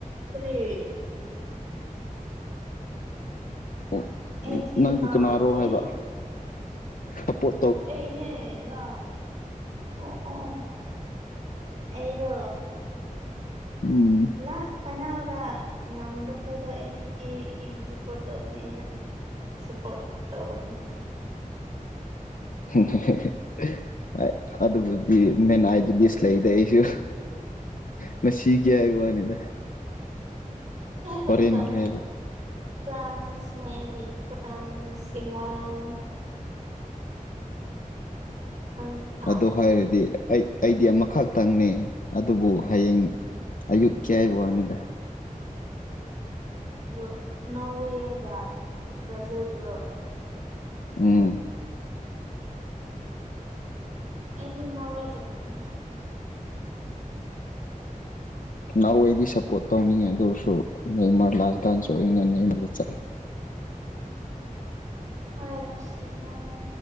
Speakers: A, on the right (about 55°); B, on the left (about 70°).
A: ꯀꯔꯤ
B: ꯎꯝ
A: ꯑꯩꯗꯤ
B: ꯅꯪꯗꯤ
A: ꯀꯅꯥ
B: ꯀꯅꯥꯔꯣ
A: ꯍꯥꯏꯕꯗꯤ
B: ꯍꯥꯏꯕ ꯁꯄꯣꯠ
A: ꯑꯩꯅꯦ ꯌꯥꯏ ꯑꯣ ꯑꯣ ꯑꯣ ꯑꯩꯔꯣ
B: ꯎꯝ
A: ꯂꯥ ꯐꯥꯏꯅꯜꯗ ꯉꯝꯕ ꯈꯣꯏꯗꯣꯑꯦ ꯑꯩ ꯑꯩꯒꯤ ꯁꯞꯄꯣꯔꯠ ꯇꯧꯕꯅꯦ ꯑꯩꯅ ꯁꯄꯣꯔꯠ ꯇꯧꯕ ꯐꯅꯤ
B: ꯍꯨꯝ ꯍꯦ ꯍꯦ ꯍꯦ ꯍꯍ ꯑꯗꯨꯕꯨꯗꯤ ꯃꯦꯟ ꯑꯥꯏꯗꯨꯗꯤ ꯂꯩꯗ ꯑꯩꯁꯨ ꯉꯁꯤꯒꯤ ꯍꯥꯏꯕ ꯋꯥꯅꯤꯗ
A: ꯑꯦ ꯐꯥꯒꯤ
B: ꯍꯣꯔꯦꯟꯒꯤ
A: ꯇꯧꯕꯅꯦ
B: ꯍꯥꯏꯕ
A: ꯐ꯭ꯔꯥꯟꯁꯅꯦ ꯑꯩꯗꯤ ꯐ꯭ꯔꯥꯟꯁ ꯏꯪꯂꯦꯟ ꯅꯪ ꯑꯥ
B: ꯑꯗꯨ ꯍꯥꯏꯔꯗꯤ ꯑꯩ ꯑꯩꯗꯤ ꯑꯃꯈꯇꯪꯅꯤ ꯑꯗꯨꯕꯨ ꯍꯌꯦꯡ ꯑꯌꯨꯛꯀꯤ ꯍꯥꯏꯕ ꯋꯥꯅꯤꯗ
A: ꯑꯩꯌꯨꯛ ꯅꯣꯔꯋꯦꯒ ꯕ꯭ꯔꯥꯖꯤꯜꯗꯨꯔꯣ
B: ꯎꯝ
A: ꯑꯩꯗꯤ ꯅꯣꯔꯋꯦ ꯆꯠꯈꯔꯅꯤ
B: ꯅꯣꯔꯋꯦꯗꯤ ꯁꯞꯄꯣꯔꯠ ꯇꯧꯅꯤꯡꯉꯦ ꯑꯗꯨ ꯑꯣꯏꯔꯁꯨ ꯅꯦꯃꯔ ꯂꯥꯁ ꯗꯥꯟꯁꯨ ꯑꯣꯏꯔꯅꯤꯅ ꯑꯩ ꯑꯗꯨꯗ ꯆꯠꯂꯦ
A: ꯍꯣꯏ ꯅꯨꯡꯁꯤ ꯅꯨꯡ